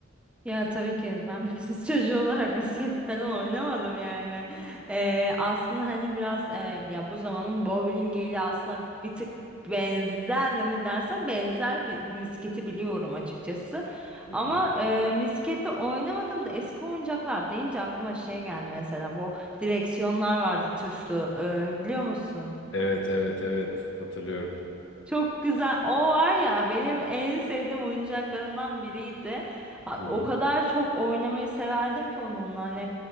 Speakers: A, in the centre; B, on the left.
A: Ya tabii ki ben bir kız <laughs> çocuğu olarak misket falan oynamadım yani. Ee, aslında hani biraz e, ya bu zamanın bowlingiyle aslında bir tık benzer mi dersen benzer bir misketi biliyorum açıkçası.
B: Hı hı.
A: Ama e, miskette oynamadım da eski oyuncaklar deyince aklıma şey geldi mesela bu direksiyonlar vardı tuşlu e, biliyor musun?
B: Evet evet evet hatırlıyorum.
A: Çok güzel. O var ya benim en sevdiğim oyuncaklarımdan biriydi. Ha,
B: Hı hı.
A: o kadar çok oynamayı severdim ki onunla hani